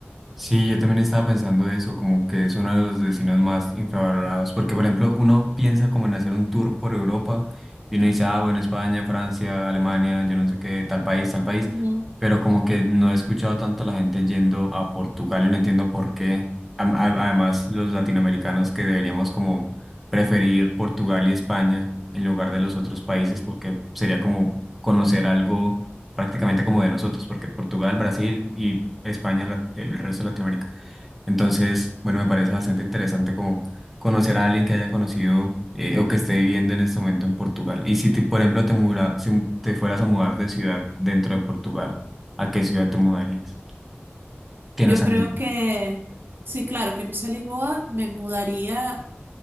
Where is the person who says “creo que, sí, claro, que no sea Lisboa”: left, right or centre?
Right